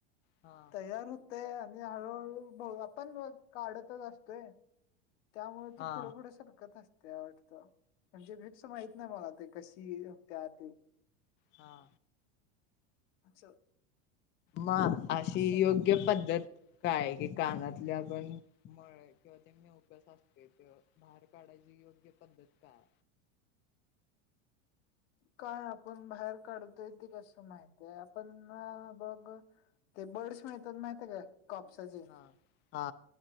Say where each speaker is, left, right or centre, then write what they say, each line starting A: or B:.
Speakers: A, on the left (about 30°); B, on the left (about 75°).
A: हा.
B: तयार होतय आणि हळूहळू बघ आपण काढतच असतोय. त्यामुळे
A: हा
B: ते पुढे पुढे सरकत असत त्या वाटत. म्हणजे फिक्स माहित नाही मला ते कशी होत्या ते.
A: हा.
B: असं.
A: म अशी
B: असं
A: योग्य पद्धत काय कि कानातल्या आपण मळ किंवा ते मिऊकस असते ते बाहेर काढायची योग्य पद्धत काय?
B: काय आपण बाहेर काढतोय ते कसं माहिती या. आपण बघ ते बर्ड्स मिळतात माहितीय का कापसाचे?
A: हा हा,